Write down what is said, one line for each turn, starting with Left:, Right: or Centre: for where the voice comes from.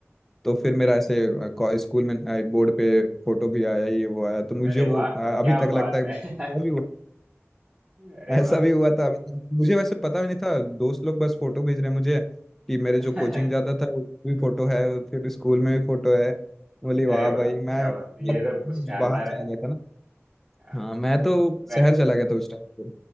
Centre: तो फिर मेरा ऐसे अ, को- स्कूल में अ, बोर्ड पे फोटो भी आया ये वो आया तो मुझे
Right: अरे
Centre: वो
Right: वाह
Centre: अ,
Right: क्या
Centre: अभी तक लगता
Right: बात
Centre: है
Right: है
Centre: अभी वो
Right: <laughs> अरे
Centre: ऐसा
Right: वाह
Centre: भी हुआ था अभी तक मुझे वैसे पता भी नहीं था दोस्त लोग बस फोटो भेज रहे हैं मुझे कि मेरे
Right: <laughs>
Centre: जो कोचिंग जाता था उसमें भी फोटो है फिर स्कूल में भी फोटो है बोली
Right: अरे
Centre: वाह
Right: वाह
Centre: भाई मैं
Right: क्या बात है!
Centre: बहुत
Right: ये तो शानदार
Centre: बाहर चला
Right: है
Centre: गया था ना
Right: हाँ,
Centre: हाँ मैं तो
Right: मैं
Centre: शहर चला गया था उस टाइम